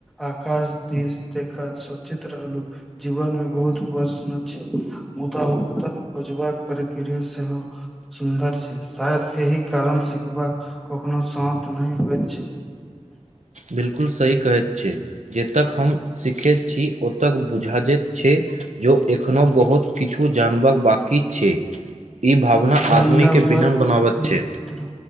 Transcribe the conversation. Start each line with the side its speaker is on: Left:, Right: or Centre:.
Centre: आकाश दिश देखा सोचत रहलु जीवन मे बहुत प्रश्न छै मुदा उत्तर खोजबाक प्रक्रिया सेहो सुन्दर छै शायद एहि कारण सिखबाक कखनो समाप्त नहि होइत छै
Right: बिलकुल सही कहैत छी जतेक हम सीखैत छी ओतय बुझाैत छै जो एखनो बहुत किछु जानबाक बाकी छै ई भावना
Centre: धन्यवाद
Right: आदमीके विनम्र बनाबैत
Centre: मित्र
Right: छै